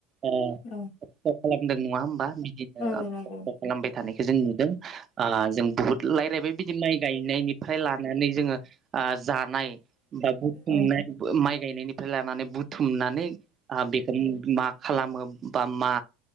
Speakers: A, on the right (about 35°); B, on the left (about 55°).
A: ओ खस्थ'
B: औ
A: खालामदों नङा होमबा बिदिनो
B: औ नंगौ
A: खस्थ' खालामबाय थानायखौ जों नुदों आ जों बुहुद रायलायबाय बिदि माइ गायनाय निफ्राय लानानै जोङो ओ जानाय बा बुथुमनाय
B: औ
A: माइ गायनायनिफ्राय लानानै बुथुमनानै आ बेदों मा खालामो बा मा